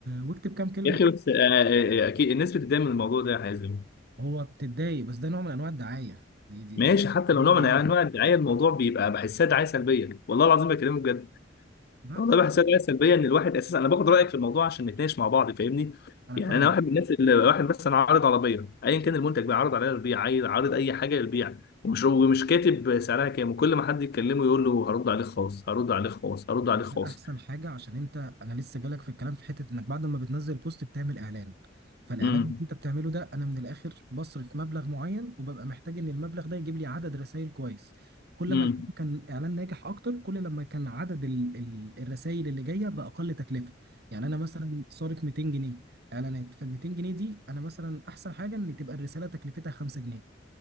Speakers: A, on the right; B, on the left.
A: واكتب كام كلمة
B: يا اخي بس آه، آه، آه، اكيد الناس بتتضايق من الموضوع ده يا حازم
A: هو بتتضايق بس ده نوع من انواع الدعاية دي دي
B: ماشي
A: دي
B: حتى
A: بره
B: لو نوع
A: عني
B: من انواع الدعايه الموضوع بيبقى بحسها دعايه سلبيه والله العظيم بكلمك بجد
A: لا
B: والله بحسها دعايه سلبيه ان الواحد اساسا انا باخد رايك في الموضوع عشان نتناقش مع بعض فاهمني
A: انا
B: يعني
A: فاهمك
B: انا واحد من الناس اللي واحد مثلا عارض عربيه ايا كان المنتج بقى عارض عليها للبيع عايز- عارض اي حاجه للبيع ومش ومش كاتب سعرها كام وكل ما حد يتكلمه يقول له هرد عليك خاص هرد عليك خاص هرد عليك
A: ده
B: خاص
A: احسن حاجه عشان انت انا لسه جالك في الكلام في حته انك بعد ما بتنزل بوست بتعمل اعلان فالاعلان
B: امم
A: اللي انت بتعمله ده انا من الاخر بصرف مبلغ معين وببقى محتاج ان المبلغ ده يجيب لي عدد رسائل كويس كل ما
B: امم
A: الإعلان كان اعلان ناجح اكتر كل لما كان عدد ال... ال... الرسائل اللي جايه باقل تكلفه يعني انا مثلا صارف 200 جنيه اعلانات فال 200 جنيه دي انا مثلا احسن حاجه ان تبقى الرساله تكلفتها 5 جنيه